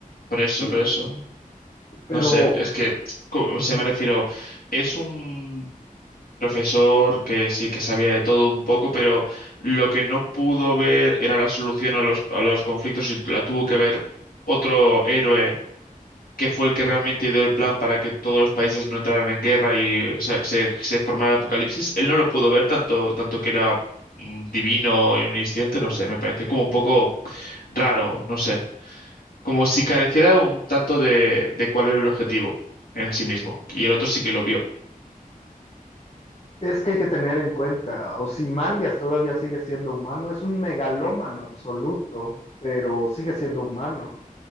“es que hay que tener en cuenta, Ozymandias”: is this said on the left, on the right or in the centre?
Left